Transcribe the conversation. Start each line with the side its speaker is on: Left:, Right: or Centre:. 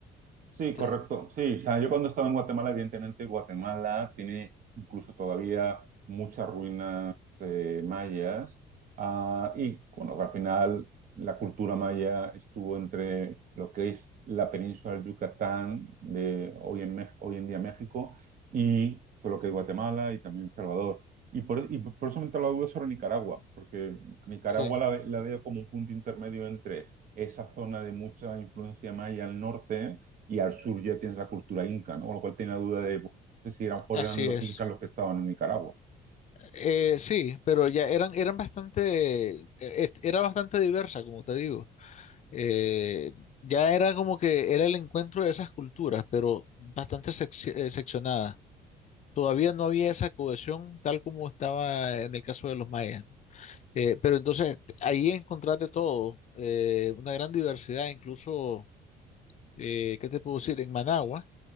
Right: Sí,
Left: O
Right: correcto.
Left: sea,
Right: Sí, o sea, yo cuando estaba en Guatemala, evidentemente Guatemala tiene incluso todavía muchas ruinas eh, mayas. Ah, y bueno, al final la cultura maya estuvo entre lo que es la península del Yucatán de hoy en, Mex- hoy en día México y todo lo que es Guatemala y también El Salvador. Y por, y por eso me entró la duda sobre Nicaragua, porque Nicaragua
Left: sí,
Right: la, ve- la veo como un punto intermedio entre esa zona de mucha influencia maya al norte y al sur ya tienes la cultura inca, ¿no? Con lo cual tenía la duda de bueno, no sé si eran, eran
Left: así
Right: los
Left: es.
Right: incas los que estaban en Nicaragua.
Left: Eh, sí, pero ya eran, eran bastante, eh, est- era bastante diversa, como te digo. Eh, ya era como que era el encuentro de esas culturas, pero bastante sec- eh, seccionada. Todavía no había esa cohesión tal como estaba en el caso de los mayas. Eh, pero entonces ahí encontraste todo, eh, una gran diversidad, incluso, eh, ¿qué te puedo decir? En Managua